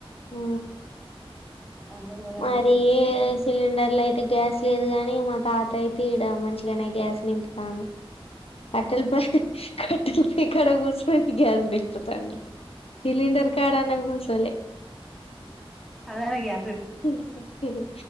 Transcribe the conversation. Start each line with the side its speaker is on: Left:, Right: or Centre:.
Left: హ్
Centre: అంత ఘోరంగా
Left: మరి
Centre: ఉన్నది ఇగ
Left: ఏ సిలిండర్ల అయితే గ్యాస్ లేదు గాని మా తాత అయి తీడ మంచిగానే గ్యాస్ నింపుతాను అటల్ ప కట్టెల పొయ్యి కాడ కూర్చొని గ్యాస్ నింపుతాండు సిలిండర్ కాడన్నా కూసోలె
Centre: అదనగ్య
Left: హు హుం టివి